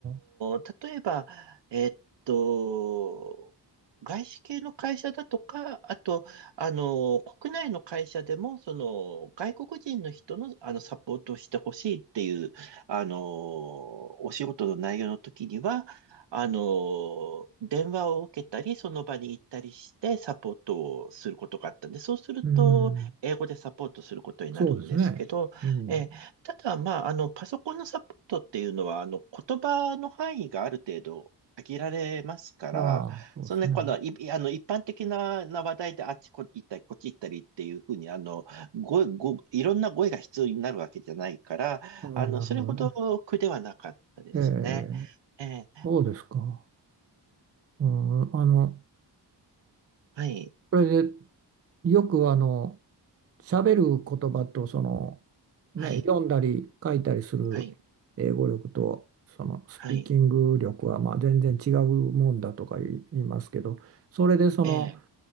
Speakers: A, on the right; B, on the right.
A: あ、
B: ー、例えば、えっと、外資系の会社だとか、あと、あのー、国内の会社でも、その、外国人の人の、あの、サポートをしてほしいっていう、あのー、お仕事の内容の時には、あのー、電話を受けたり、その場に行ったりして、サポートをすることがあったんで、そうすると、
A: うん、
B: 英語でサポートすることになるんですけど、
A: そうですね。うん。
B: えーただ、まあ、あの、パソコンのサポートっていうのは、あの、言葉の範囲がある程度限られますから、
A: ああ、そうですね。
B: そのね、この、い、あの、一般的な、な話題であっちこ行ったり、こっち行ったりっていうふうに、あの、語彙、語彙、いろんな語彙が必要になるわけじゃないから、
A: ああ、
B: あの、
A: なるほどね。
B: それほど苦ではなかったですね。
A: ええ、
B: えー
A: そうですか。うん、あの、
B: はい、
A: これでよくあの、喋る言葉と、その、ね、
B: はい、
A: 読んだり書いたりする英語力と、
B: はい、
A: そのスピーキング力はまあ全然違うもんだとか言い言いますけど、
B: はい。
A: それでその、
B: ええ